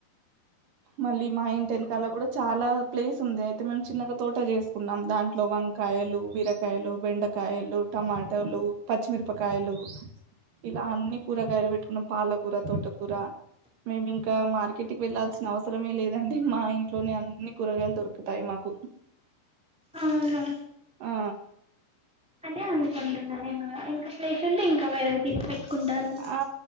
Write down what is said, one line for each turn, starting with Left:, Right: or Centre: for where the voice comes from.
Right: మళ్ళీ మా ఇంటి ఎనకాల కూడా చాలా ప్లేస్ ఉంది అయితే మేము చిన్నగా తోట చేస్ కున్నాం దాంట్లో వంకాయలు బీరకాయలు బెండకాయలు టమాటలు పచ్చిమిరపకాయలు ఇలా అన్ని కూరగాయలు పెట్టుకున్నాం పాలకూర తోటకూర మేము ఇంకా మార్కెట్కి వెళ్ళాల్సిన అవసరమే లేదండి మా ఇంట్లోనే అన్ని కూరగాయలు దొరుకుతాయి మాకు
Centre: అవునా
Right: ఆ
Centre: అదే అనుకుంటున్నా నేను ఇంకా ప్లేస్ ఉంటే ఇంకా వేరే డిక్ పెట్టుకుంటారేమో
Right: ఆ